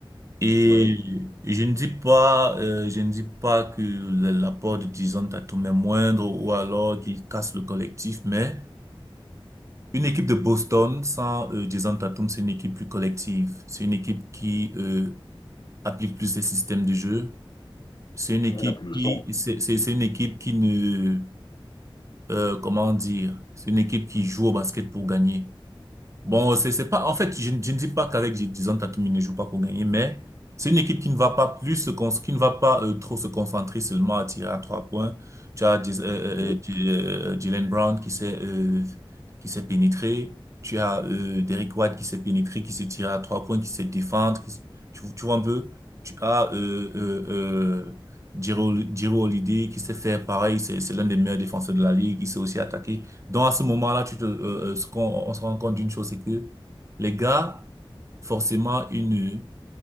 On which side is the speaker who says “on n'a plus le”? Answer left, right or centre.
Left